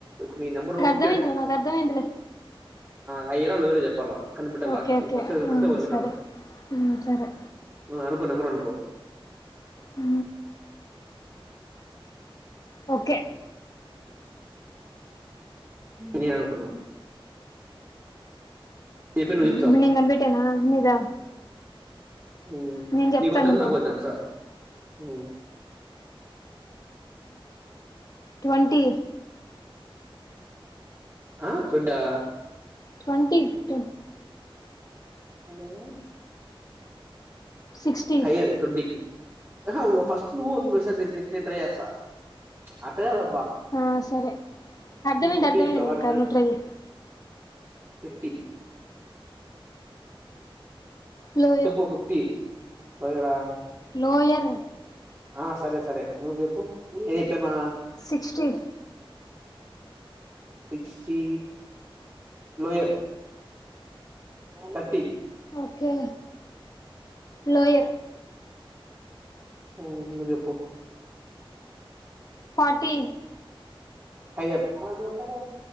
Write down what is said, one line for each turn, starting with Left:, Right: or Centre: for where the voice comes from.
Right: నీ నెంబరు ఉఫ్
Left: అర్థమైందా నాకు అర్థమైందిలే
Right: హైదరా లోయెరా చెప్పాల కనిపెట్ట
Left: ఓకే
Right: లాస్ట్ కి
Left: ఓకే
Right: ఫస్ట్ ఇయర్ కనిపడితే
Left: ఆ
Right: వాళ్ళు విన్నరు
Left: సరే ఉమ్ సరే
Right: అనుకో నెంబర్ అనుకోరు
Left: ఉ ఓకే
Right: నేను అనుకున్నా చెప్పి నువ్వు
Left: ఇప్పుడు నేను కనిపెట్టేనా నీదా
Right: ఊ
Left: నేను చెప్తానుండు
Right: నీకో చాన్స్ నాకో ఛాన్స్ హ
Left: ట్వంటీ
Right: ఆ తొండా
Left: ట్వంటట్
Right: హలో
Left: సిక్స్టీ
Right: హయ్యర్ ట్వంటీ ఆ ఫస్ట్ నువ్ నెక్స్ట్ నెక్స్ట్ నేను ట్రై చేస్తా అట్ట కదా
Left: ఆ సరే అర్ధమైంది
Right: ట్వంటీ
Left: అర్ధమైందింకా
Right: చెప్పావా నువ్వు
Left: నువు ట్రై చెయ్
Right: ఫిఫ్టీ
Left: లోయర్
Right: చెప్పు ఫిఫ్టీ లోయరా
Left: నోయరు
Right: ఆ సరే సరే నువ్ చెప్పు చెప్పానా
Left: sixteen
Right: sixty lower thirty
Left: okay lower
Right: నువ్వు చెప్పు
Left: పార్టీ
Right: అయ్య అది ఒక్కడే